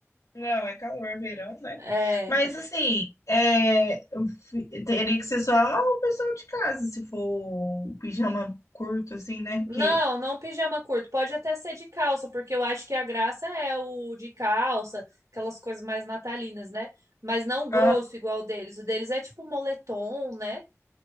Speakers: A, on the left; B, on the right.
A: Não, é calor, verão, né?
B: É.
A: Mas assim, é, eu fi- teria que ser só o pessoal de casa, se for o pijama curto, assim, né? Porque
B: Não, não pijama curto. Pode até ser de calça, porque eu acho que a graça é o de calça, aquelas coisas mais natalinas, né? Mas não grosso
A: ah,
B: igual o deles. O deles é tipo moletom, né?